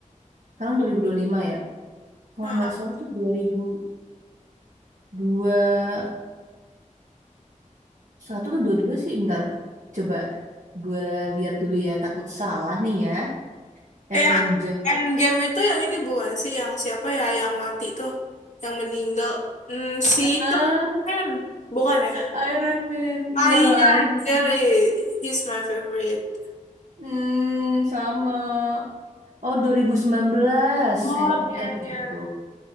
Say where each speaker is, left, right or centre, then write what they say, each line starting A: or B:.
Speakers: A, on the right; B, on the left.
A: Sekarang 2025 ya. Kalau
B: Ah,
A: nggak salah tuh dua ribu dua puluh satu atau 22 sih. Bentar. Coba gue lihat dulu ya. Takut salah nih ya.
B: Eh,
A: Avengers.
B: Endgame itu yang ini bukan sih? Yang siapa ya? Yang mati tuh. Yang meninggal. Hmm, si itu.
A: Ah,
B: Ken. Bukan ya?
A: Iron Man.
B: Ah
A: Iya,
B: iya,
A: Iron
B: Jerry.
A: Man.
B: He's my favorite.
A: Hmm, sama. Oh, 2019.
B: Oh
A: And,
B: iya,
A: and itu.
B: iya.